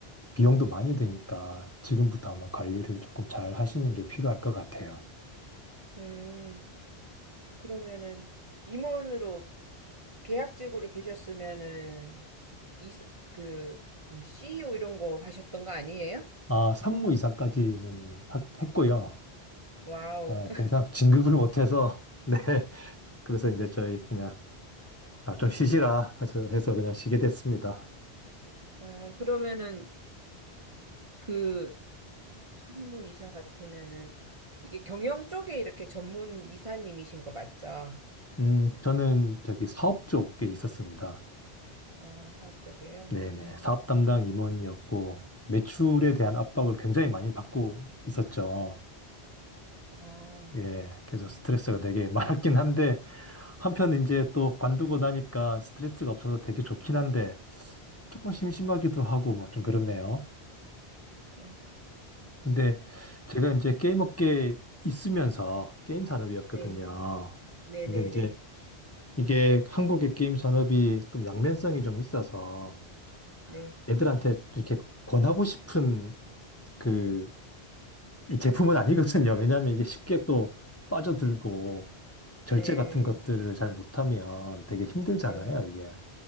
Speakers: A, on the left (about 15°); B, on the right (about 40°).
A: 비용도 많이 드니까 지금부터 아마 관리를 조금 잘 하시는 게 필요할 것 같아요.
B: 음, 그러면은 임원으로 계약직으로 계셨으면은 이사 그 음, CEO 이런 거 하셨던 거 아니에요?
A: 아, 상무이사까지는 하- 했고요.
B: 와우.
A: 네,
B: <laughs>
A: 더 이상 진급을 못해서 <laughs> 네. 그래서 이제 저희 그냥 아, 좀 쉬시라 하셔- 해서 그냥 쉬게 됐습니다.
B: 음, 그러면은 그 상무 이사 같으면은 이게 경영 쪽에 이렇게 전문 이사님이신 거 맞죠?
A: 음, 저는 저기 사업 쪽에 있었습니다.
B: 아, 사업 쪽이에요?
A: 네네.
B: 음.
A: 사업 담당 임원이었고, 매출에 대한 압박을 굉장히 많이 받고 있었죠.
B: 아.
A: 예. 그래서 스트레스가 되게 <laughs> 많았긴 한데, 한편 이제 또 관두고 나니까 스트레스가 없어서 되게 좋긴 한데, 조금 심심하기도 하고, 뭐 좀 그렇네요.
B: 어,
A: 근데 제가 이제 게임 업계에 있으면서 게임 산업이었거든요.
B: 네. 네,
A: 근데
B: 네,
A: 이제
B: 네.
A: 이게 한국의 게임 산업이 좀 양면성이 좀 있어서
B: 네.
A: 애들한테 이렇게 권하고 싶은 그 이 제품은 아니거든요. 왜냐하면 이게 쉽게 또 빠져들고 절제
B: 네.
A: 같은 것들을 잘 못하면 되게 힘들잖아요,
B: 네.
A: 이게.